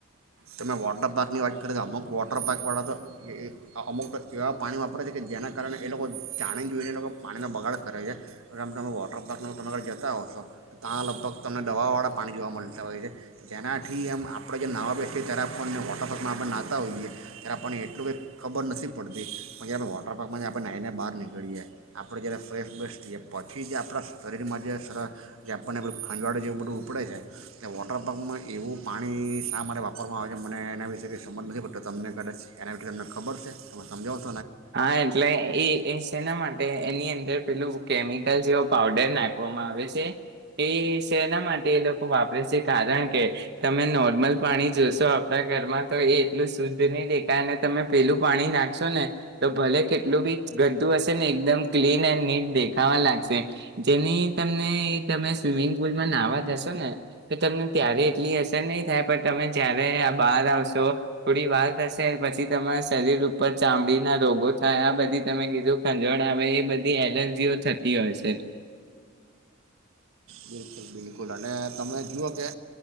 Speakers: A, on the right; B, on the right.
A: તમે વોટર પાર્કની વાત કરી તો અમુક વોટર પાર્કવાળા તો એ અમુક તો એવા પાણી વાપરે છે કે જેના કારણે એ લોકો જાણી જોઈને એ લોકો પાણીનો બગાડ કરે છેમ તમે વોટર પાર્કનો તરા ઘર જતા હોશો તો ત્યાં લગભગ તમને દવાવાળા પાણી જોવા મળતા હોય છે જેનાથી એમ આપણે જે નવા બે. કે ત્યારે આપણને વોટર પાર્કમાં આપણે નાહતા હોઈએ ત્યારે આપણને એટલું કંઈ ખબર નથી પડતી પણ જ્યારે આપ વોટર પારકમાં જ આપણે નાહીને બહાર નીકળીએ આપણે જ્યારે ફ્રેશ બસતીએ પછી જે આપણા શરીરમાં જે સર જે આપણને ખંજવાડું જેવું બધું ઉપડે છે ત વોટર પાર્કમાં એવું પાણી શા માટેરે વાપર. ખરમાં આવેજ મને એના વિશે ક સમબંધ નથી બ તો તમને કરે છે એના વિશે તમને ખબર છે ત સમજાવો.
B: હા એટલે એ છેના માટે એની અંદર પેલું. કેમિકલ જેવ. પાવડર નાખવામાં આવે છે. એ શ એના માટે એ લોકો વાપરે છે કારણ કે તમે નોર્મલ પાણી જોશો. આપ ઘરમાં તો એટલું શુદ્ધ નહીં દે કાર. તમે પેલું પાણી નાખશો ને. તો ભલે કેટલું બી ગતું હશે ને એકદમ ક્લીન એન્ડ નીટ દેખાવા લાગશે જેની તમને તમે સ્વિમિંગ પુલમાં નાહવા જશો ને તો તમને ત્યારે એટલી અસર નહીં થાય પણ તમે જયારે આ બહાર આવશો થોડી વાર થશે પછી તમારા શરીર ઉપર ચામડીના. રોગો થાય આ બધી તમે કીધું ખંજવણ આવે એ બધી એલર્જીઓ થતી હોય છે.
A: બિલકુલ બિલકુલ અને તમે જુઓ કે